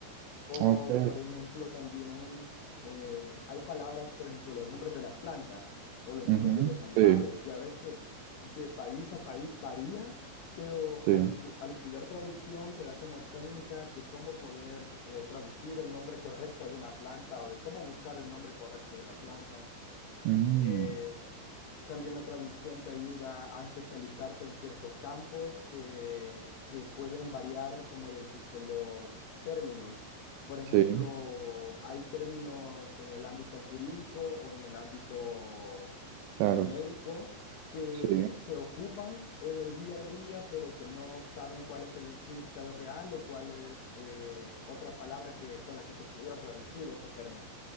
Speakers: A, on the left; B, on the right.
A: O,
B: ok,
A: por ejemplo, también eh, hay palabras, por ejemplo, los nombres de las plantas o los
B: ujú,
A: nombres de los animales.
B: sí,
A: Ya ves que de país a país varía, pero
B: sí,
A: al, estu- al estudiar traducción te da como técnicas de cómo poder eh, traducir el nombre correcto de una planta o de cómo buscar el nombre correcto de una planta.
B: mm,
A: Eh, también la traducción te ayuda a especializarte en ciertos campos que, que pueden variar, como decirte, los términos. Por ejemplo,
B: sí,
A: hay términos en el ámbito jurídico o en el ámbito
B: claro,
A: eh, médico que
B: sí,
A: se ocupan en el día a día, pero que no saben cuál es el significado real o cuál es eh, otra palabra que, con la que se pudiera traducir ese término.